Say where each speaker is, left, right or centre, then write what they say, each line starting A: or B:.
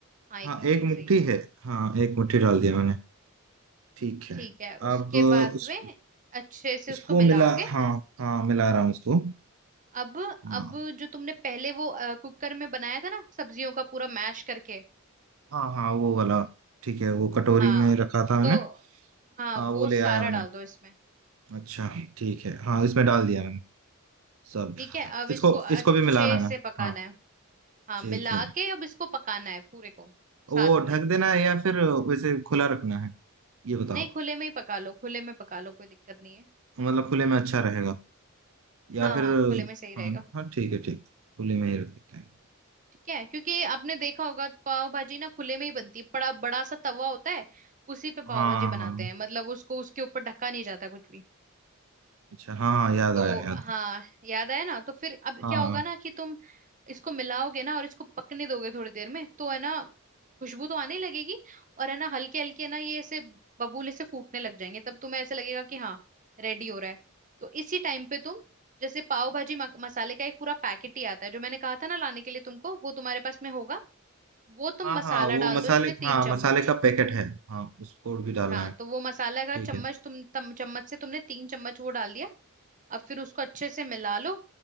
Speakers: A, on the right; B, on the right.
A: हाँ एक
B: हाँ
A: मुट्ठी
B: एक मुट्ठी
A: सही है
B: है हाँ एक मुट्ठी डाल दिया मैंने ठीक है
A: ठीक है उसके
B: अब उस,
A: बाद में अच्छे से
B: उसको
A: उसको मिलाओगे
B: मिला हाँ हाँ मिला रहा हूँ उसको
A: अब
B: हाँ
A: अब जो तुमने पहले वो अ, कुकर में बनाया था ना सब्जियों का पूरा मैश करके
B: हाँ हाँ वो वाला ठीक है वो कटोरी
A: हाँ
B: में रखा था मैंने
A: तो हाँ
B: हाँ
A: वो
B: वो ले
A: सारा
B: आया
A: डाल
B: मैंने
A: दो इसमें
B: अच्छा ठीक है हाँ इसमें डाल दिया मैंने सब
A: ठीक है अब
B: इसको
A: इसको अच्छे
B: इसको भी मिलाना है
A: से
B: ना
A: पकाना
B: हाँ
A: है हाँ
B: ठीक
A: मिला
B: है
A: के अब इसको पकाना है पूरे को
B: वो
A: साथ में
B: ढक देना है या फिर वैसे खुला रखना है ये बताओ
A: नहीं खुले में ही पका लो खुले में पका लो कोई दिक्कत नहीं है
B: मतलब खुले में अच्छा रहेगा या
A: हाँ
B: फिर
A: हाँ खुले में सही रहेगा
B: हाँ हाँ ठीक है ठीक खुले में ही रख देते हैं
A: ठीक है क्योंकि आपने देखा होगा पाव भाजी ना खुले में ही बनती है बड़ा बड़ा सा तवा होता है उसी पे
B: हाँ
A: पाव भाजी बनाते
B: हाँ
A: हैं मतलब उसको उसके ऊपर ढका नहीं जाता कुछ भी
B: अच्छा हाँ याद
A: तो
B: आया याद
A: हाँ
B: आया
A: याद आया ना तो फिर अब
B: हाँ
A: क्या होगा ना कि तुम इसको मिलाओगे ना और इसको पकने दोगे थोड़ी देर में तो है ना खुशबू तो आने लगेगी और है ना हल्के हल्के ना ये ऐसे बबूले से फूटने लग जाएंगे तब तुम्हें ऐसे लगेगा कि हाँ रेडी हो रहा है तो इसी टाइम पे तुम जैसे पाव भाजी मक- मसाले का एक पूरा पैकेट ही आता है जो मैंने कहा था ना लाने के लिए तुमको वो तुम्हारे पास में होगा वो तुम
B: हाँ
A: मसाला
B: हाँ वो
A: डाल
B: मसाले
A: दो इसमें तीन
B: हाँ
A: चम्मच
B: मसाले का पैकेट है हाँ उसको भी डालना
A: हाँ
B: है
A: तो वो मसाला का
B: ठीक
A: चम्मच
B: है
A: तुम तम, चम्मच से तुमने तीन चम्मच वो डाल दिया अब फिर उसको अच्छे से मिला लो